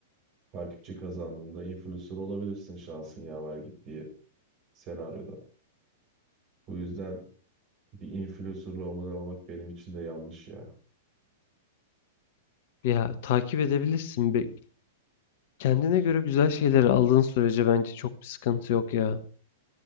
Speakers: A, on the right (about 35°); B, on the left (about 50°).
A: takipçi kazandığında influencer olabilirsin şansın yaver gittiği senaryoda. Bu yüzden Bir influencer olmadan olmak benim için de yanlış ya.
B: Ya takip edebilirsin. Be. Kendine göre güzel şeyleri aldığın sürece bence çok bir sıkıntı yok ya.